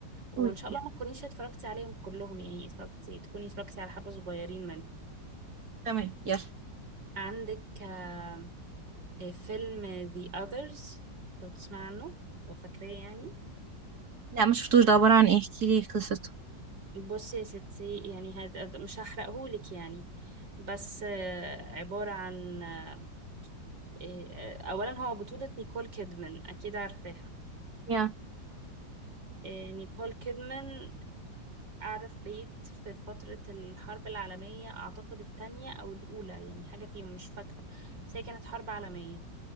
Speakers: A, on the right; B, on the right.
A: وان
B: قولي
A: شاء
B: يلا.
A: الله ما تكونيش اتفرجتي عليهم كلهم يعني اتفرجتي تكوني اتفرجتي على حبة صغيرين منهم
B: تمام يلا
A: عندك آه، فيلم The Others لو تسمع عنه لو فاكراه يعني
B: لا ما شفتوش ده عبارة عن ايه احكيلي قصته
A: بصي يا ستي يعني هد... مش هحرقهولك يعني بس آه، عبارة عن آه، آه، أولا هو بطولة نيكول كيدمان أكيد عارفاها
B: يا
A: آه، نيكول كيدمان قاعدة في بيت في فترة الحرب العالمية أعتقد التانية أو الأولى يعني حاجة فيهم مش فاكرة بس هي كانت حرب عالمية